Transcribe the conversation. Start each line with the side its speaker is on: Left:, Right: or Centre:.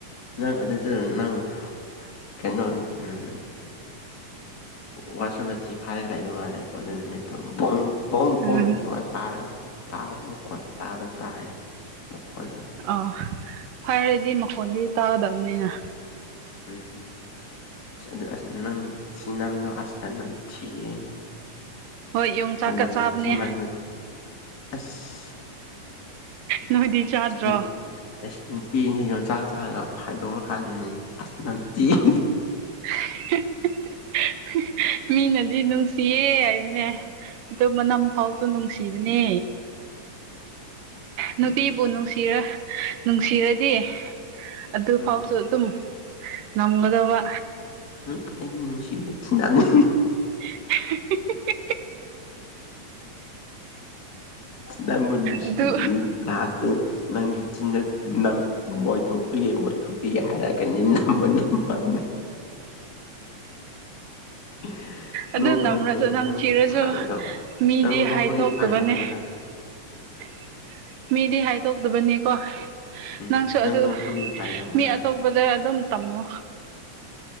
Left: ꯅꯪ ꯑꯗꯨꯗ ꯅꯪ ꯀꯩꯅꯣ ꯎꯝ ꯋꯥꯁꯔꯨꯝꯗ ꯊꯤ ꯐꯥꯔꯒ ꯂꯩꯥꯕ ꯃꯥꯜꯂꯦꯀꯣ ꯑꯗꯨ ꯅꯨꯃꯤꯠꯇꯣ ꯕꯣꯡ ꯄꯣꯡ
Right: ꯎꯝ
Left: ꯄꯣꯡ ꯑꯗꯨꯃꯥꯏꯅ ꯇꯥꯔꯒꯥ ꯃꯈꯣꯟ ꯇꯥꯕ ꯇꯥꯏꯌꯦ ꯃꯈꯣꯟꯗꯣ
Right: ꯑꯣ ꯐꯥꯏꯔꯥꯗꯤ ꯃꯈꯣꯟꯗꯤ ꯇꯥꯒꯗꯕꯅꯤꯅ
Left: ꯎꯝ ꯑꯁ ꯑꯗꯨ ꯑꯁ ꯅꯪ ꯊꯤ ꯅꯝꯗꯣ ꯑꯁꯇ ꯅꯝꯊꯤ ꯑꯦ
Right: ꯍꯣꯏ ꯌꯣꯡꯆꯥꯛꯀ
Left: ꯑꯩ ꯃꯝ
Right: ꯆꯥꯕꯅꯦ
Left: ꯅꯝ ꯊꯤ ꯃꯥꯡꯅ ꯑꯁ
Right: ꯅꯣꯏꯗꯤ ꯆꯥꯗ꯭ꯔꯣ
Left: ꯎꯝ ꯅꯨꯄꯤꯖꯔꯡꯁꯤ ꯌꯣꯟꯆꯥꯛ ꯆꯥꯛꯔꯒ ꯐꯥꯏꯗꯣꯛꯔꯀꯥꯟꯗꯅꯦ ꯑꯁ ꯅꯝꯇꯤꯗꯤ
Right: <unintelligible> ꯃꯤꯅꯗꯤ ꯅꯨꯡꯁꯤꯌꯦ ꯍꯥꯏꯕꯅꯦ ꯑꯗꯨ ꯃꯅꯝ ꯐꯥꯎꯁꯨ ꯅꯨꯡꯁꯤꯕꯅꯦ ꯅꯨꯄꯤꯕꯨ
Left: ꯎꯝ
Right: ꯅꯨꯡꯁꯤꯔ ꯅꯨꯡꯁꯤꯔꯗꯤ ꯑꯗꯨꯐꯥꯎꯁꯨ
Left: ꯎꯝ
Right: ꯑꯗꯨꯝ ꯉꯝꯒꯗꯕ
Left: ꯎꯝ ꯑꯩꯗꯤ ꯅꯨꯁꯤꯗꯦ ꯊꯤꯅꯝꯅꯤ
Right: <unintelligible>
Left: ꯅꯪꯕꯨ ꯅꯨꯡꯁꯤꯔꯗꯤ
Right: ꯑꯗꯨ
Left: ꯂꯥꯁꯇ ꯅꯪꯒꯤ ꯆꯤꯟꯗ ꯅꯝ ꯃꯣꯏ ꯊꯣꯛꯄꯤꯒꯦ ꯃꯣꯏ ꯊꯣꯛꯄꯤꯒꯦ ꯍꯥꯏꯔꯛꯒꯅꯤ ꯅꯝꯃꯣ ꯅꯝꯃꯣ ꯍꯥꯏꯅ <inaudible>
Right: ꯑꯗꯨ
Left: ꯅꯣꯛꯅꯨꯅꯦ
Right: ꯅꯝꯔꯁꯨ ꯅꯝꯊꯤꯔꯁꯨ
Left: ꯅꯪ ꯐꯥꯏꯟ ꯂꯧ
Right: ꯃꯤꯗꯤ
Left: ꯅꯪ ꯅꯣꯛꯄꯒꯤ
Right: ꯍꯥꯏꯊꯣꯛꯇꯕꯅꯦ
Left: ꯐꯥꯏꯟ ꯂꯧꯋꯣꯔ
Right: <inaudible> ꯃꯤꯗꯤ ꯍꯥꯏꯗꯣꯛꯇꯕꯅꯤꯀꯣ
Left: ꯎꯝ
Right: ꯅꯪꯁꯨ
Left: ꯅꯪ
Right: ꯑꯗꯨ
Left: ꯅꯣꯛꯄꯒꯤ ꯐꯥꯏꯟ ꯂꯧꯒꯦꯔꯥ
Right: ꯃꯤ ꯑꯇꯣꯞ ꯗ ꯑꯗꯨꯝ ꯇꯝꯃꯣ